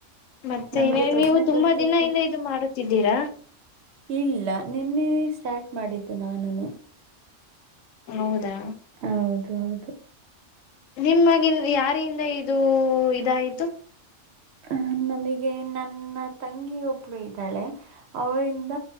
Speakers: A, on the left; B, on the right.
A: ಮತ್ತೆ
B: ನಮ್ಗೆ
A: ಇನ್ನೇನು
B: ಪ್ರಶ್ನೆ
A: ನೀವು ತುಂಬಾ
B: ಪತ್ರಿಕೆ
A: ದಿನ ಇಂದ ಇದು ಮಾಡುತ್ತಿದ್ದೀರಾ
B: ಇಲ್ಲ ನಿನ್ನೆ ಸ್ಟಾರ್ಟ್ ಮಾಡಿದ್ದು ನಾನುನು.
A: ಹೌದಾ
B: ಹೌದು ಹೌದು
A: ನಿಮ್ಮಗ ಯಾರಿಂದ ಇದು ಇದಾಯ್ತು
B: ಹ ನಮಗೆ ನನ್ನ ತಂಗಿ ಒಬ್ಳ ಇದ್ದಾಳೆ ಅವರಿಂದ